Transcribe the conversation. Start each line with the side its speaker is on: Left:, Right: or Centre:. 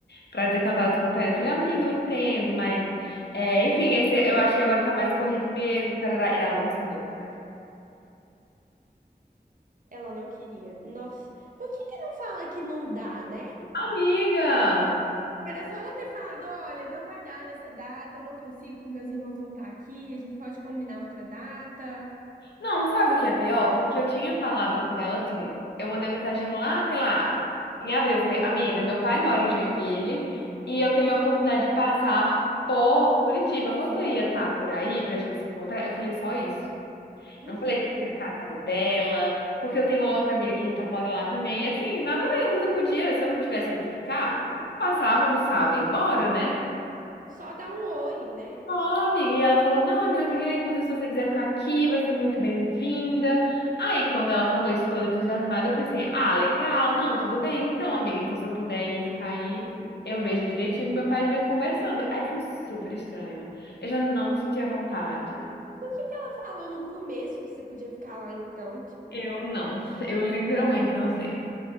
Left: pra dizer que ela tava descontraída. Eu falei, amiga, eu entendo, mas é, enfim, esse, eu acho que agora tá mais corrido mesmo. tarará. E ela não respondeu no começo.
Right: Ela não queria. Nossa, por que que não fala que não dá, né?
Left: Amiga!
Right: Era só ela ter falado, olha, não vai dar nessa data, eu não consigo, meus irmãos vão estar aqui, a gente pode combinar outra data.
Left: Não, sabe o que é pior? Porque eu tinha falado com ela assim. Eu mandei mensagem lá, sei lá, em abril. Eu falei, amiga, meu pai mora em Joinville e eu tenho a oportunidade de passar por Curitiba. Você ia estar por aí pra gente se encontrar? Eu falei só isso.
Right: Uhum,
Left: Não falei que ia ficar na casa dela, porque eu tenho uma outra amiga que tá- mora lá também. E assim, nada mesmo. Às vezes eu podia, se eu não tivesse onde ficar,
Right: sim.
Left: passava, almoçava e ia embora, né?
Right: Só dar um oi, né?
Left: Ó, amiga, e ela falou, não, amiga, porque, inclusive, se você quiser ficar aqui, vai ser muito bem-vinda. Aí, quando ela falou isso toda entusiasmada, eu pensei, ah, legal, não, tudo bem, então, amiga, então se eu puder ir ficar aí,
Right: Uhum.
Left: eu vejo direitinho, meu pai vai conversando. Aí foi super estranho. Eu já não me senti à vontade.
Right: Por que que ela falou no começo que você podia ficar lá então? Tipo,
Left: Eu não, <laughs> eu literalmente não sei.